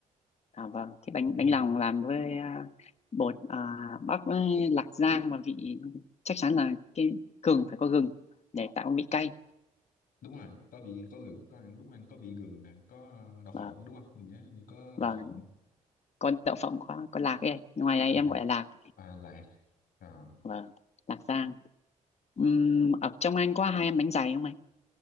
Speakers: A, on the left; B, on the left.
A: À vâng, cái
B: ừ.
A: bánh bánh lòng làm với à, bột à, bắp với lạc rang và vị chắc chắn là cái gừng phải có gừng để tạo cái vị cay.
B: đúng rồi có vị có gừng có ăn lúc ăn có vị gừng nè có ờ, đậu
A: Vâng,
B: phộng đúng không mình nhớ như có đậu
A: vâng,
B: phộng
A: có đậu phộng có có lạc ấy, ngoài đây
B: Ừ.
A: em gọi là lạc.
B: à, lạc à,
A: Vâng, lạc rang. Ừm, ở trong anh có hai em bánh dày không anh?